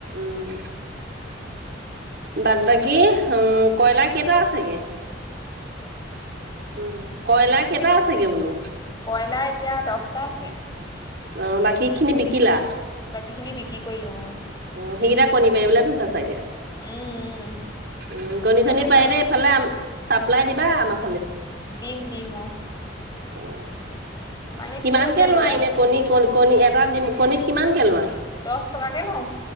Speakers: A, on the right; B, on the left.
A: উম বাদ বাকী উ কয়লাৰ কেইটা আছেগে? উ কয়লাৰ কেইটা আছেগে বোলো?
B: কয়লাৰ এতিয়া দহটা আছে।
A: অ বাকী খিনি বিকিলা?
B: বাকী খিনি বিক্ৰী কৰিলো অ।
A: অ সেইকেইটা কণী পাৰি বোলে থৈছা চাগে।
B: উম উম।
A: উম কণী চনি
B: এই মানে
A: পাৰিলে এইফালে চাপ্লাই দিবা আমাক
B: ডিম ডিম অ।
A: উম।
B: মানে
A: কিমান
B: কি হৈছে
A: কে লোৱা
B: লৰা
A: এনে কণী কন কণী এটা দিম কণীত কিমানকে লোৱা?
B: দচ টকাকে লওঁ।